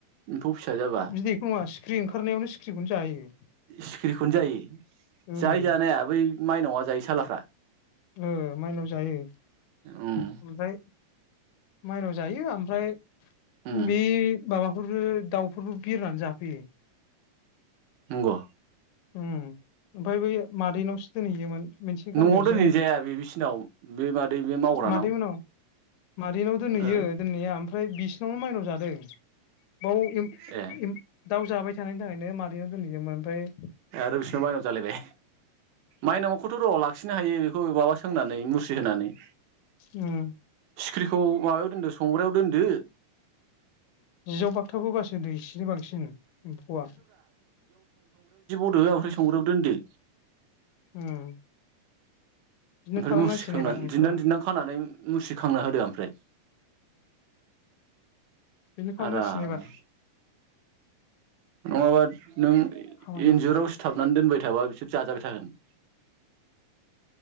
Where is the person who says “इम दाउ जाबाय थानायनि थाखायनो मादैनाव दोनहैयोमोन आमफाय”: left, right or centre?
Left